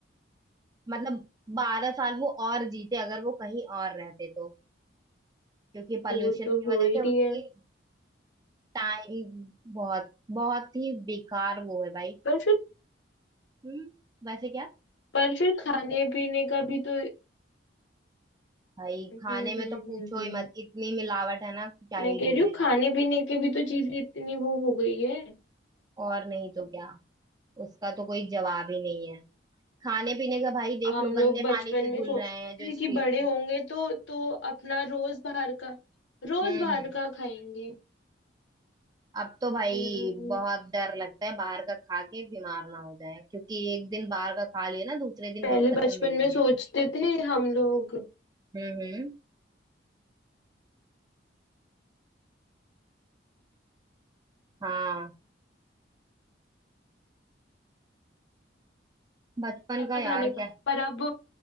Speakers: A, on the right; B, on the left.
A: मतलब बारह साल वो और जीते अगर वो कहीं और रहते तो क्योंकि पॉल्यूशन
B: वो तो
A: की
B: हो
A: वजह
B: ही
A: से
B: रही
A: उनकी
B: है
A: टाइम बहुत बहुत ही बेकार वो है भाई
B: पर फिर
A: हम्म वैसे क्या
B: पर फिर खाने पीने का भी तो
A: भाई
B: हम्म
A: खाने में
B: हम्म
A: तो पूछो
B: हम्म हम्म
A: ही मत इतनी मिलावट है ना कि क्या
B: मैं
A: ही
B: कह
A: बोले
B: रही हूँ खाने पीने की भी तो चीजें इतनी वो हो गई है
A: और नहीं तो क्या उसका तो कोई जवाब ही नहीं है खाने पीने का भाई देख
B: हम
A: लो
B: लोग
A: गंदे
B: बचपन
A: पानी से
B: में
A: धुल
B: सोचते
A: रहे हैं जो
B: थे कि
A: स्ट्रीट
B: बड़े होंगे
A: फूड
B: तो तो अपना रोज बाहर का रोज
A: हम्म
B: बाहर
A: हम्म
B: का खाएंगे
A: अब तो भाई
B: हम्म
A: बहुत डर लगता है बाहर का खा के बीमार ना हो जाए क्योंकि एक दिन बाहर का खा लिया ना दूसरे दिन
B: पहले
A: बिस्तर
B: बचपन
A: पे मिलेंगे
B: में सोचते थे हम लोग
A: हम्म हम्म हाँ बचपन
B: है
A: का यार
B: खाने का
A: क्या
B: पर अब